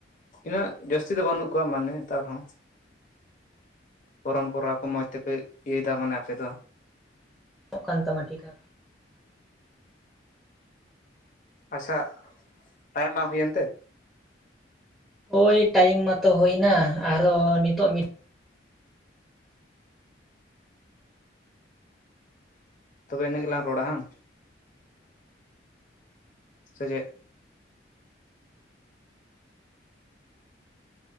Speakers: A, on the left; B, in the centre.
A: ᱩᱱᱟᱹᱜ ᱡᱟᱹᱥᱛᱤ ᱫᱚ ᱵᱟᱹᱱᱩᱜ ᱠᱚᱣᱟ ᱢᱟᱱᱮ ᱱᱮᱛᱟᱨ ᱦᱚᱸ ᱯᱚᱨᱚᱢᱯᱚᱨᱟ ᱠᱚ ᱢᱚᱡᱽ ᱛᱮᱯᱮ ᱤᱭᱟᱹᱭ ᱛᱟᱵᱚᱱᱟ ᱟᱯᱮᱫᱚ
B: <inaudible> ᱠᱟᱱ ᱛᱟᱢ ᱴᱷᱤᱠᱟ
A: ᱟᱪᱪᱷᱟ ᱴᱟᱭᱤᱢ ᱵᱟᱝ ᱦᱩᱭ ᱮᱱ ᱛᱮ
B: ᱳᱭ ᱴᱟᱭᱤᱢ ᱢᱟᱛᱚ ᱦᱩᱭ ᱮᱱᱟ ᱟᱨ ᱦᱚᱸ ᱱᱤᱛᱚᱜ ᱡᱤᱫ
A: ᱛᱚᱵᱮ ᱤᱱᱟᱹᱜ ᱜᱮᱞᱟᱝ ᱨᱚᱲᱟ ᱦᱮᱸ ᱥᱮᱪᱮᱫ